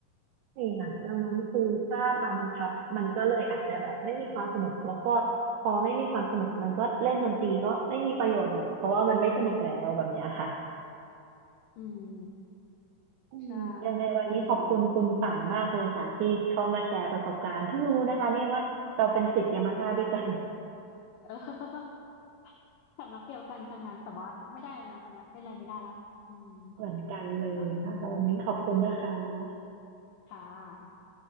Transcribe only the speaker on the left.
อืม
ใช่จริงเลย <laughs> เออสำนักเดียวกันซะงั้นแต่ว่าไม่ได้เลยนะตอนเนี้ยเต้นอะไรไม่ได้ละอืม
ค่ะค่ะ